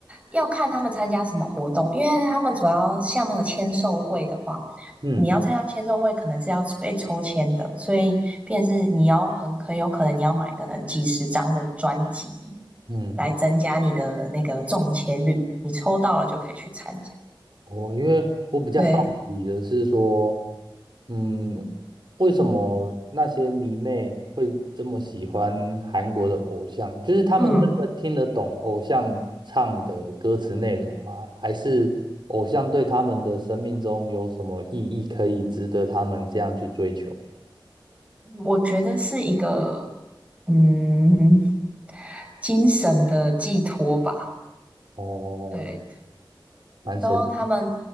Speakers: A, on the right; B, on the right.
A: 要看他们参加什么活动，因为他们主要像那个签售会的话，
B: 嗯
A: 你要参加签售会，可能是要被抽签的，所以便是你要很很有可能你要买可能几十张的专辑
B: 嗯，
A: 来增加你的那个中签率，你抽到了就可以去参加。
B: 我因为我比较好奇的是说，
A: 对，
B: 嗯，为什么那些迷妹会这么喜欢韩国的偶像？就是他们真的听得懂偶像唱的歌词内容吗？
A: 嗯，
B: 还是偶像对他们的生命中有什么意义，可以值得他们这样去追求？
A: 我觉得是一个嗯精神的寄托吧，
B: 哦，
A: 对。
B: 蛮神。
A: 都他们